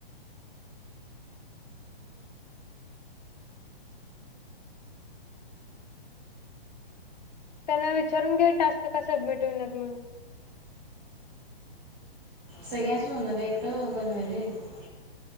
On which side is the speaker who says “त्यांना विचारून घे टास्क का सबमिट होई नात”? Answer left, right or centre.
Left